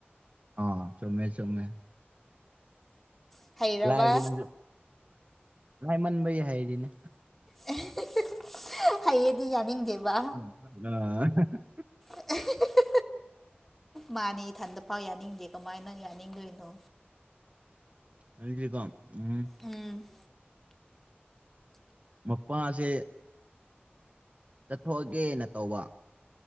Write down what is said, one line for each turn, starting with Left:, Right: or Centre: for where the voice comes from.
Right: ꯑ ꯆꯨꯃꯦ ꯆꯨꯃꯦ
Centre: ꯎꯝ ꯍꯩꯔꯕ
Right: ꯂꯥꯏꯕꯗꯤ ꯅꯪ ꯂꯥꯏꯃꯟꯕꯩ ꯍꯥꯏꯔꯤꯅꯦ
Centre: ꯑꯦ ꯍꯩꯌꯦꯗꯤ ꯌꯥꯅꯤꯡꯗꯦꯕ
Right: <unintelligible>
Centre: <unintelligible> ꯃꯥꯅꯦ ꯏꯊꯟꯗ ꯐꯥꯎ ꯌꯥꯅꯤꯡꯗꯦ ꯀꯃꯥꯏꯅꯪ ꯌꯥꯅꯤꯡꯗꯣꯏꯅꯣ
Right: <unintelligible> ꯗꯤꯀꯣ ꯎꯝ
Centre: ꯎꯝ
Right: ꯃꯄꯥꯁꯦ ꯆꯠꯊꯣꯛꯑꯒꯦꯅ ꯇꯧꯕ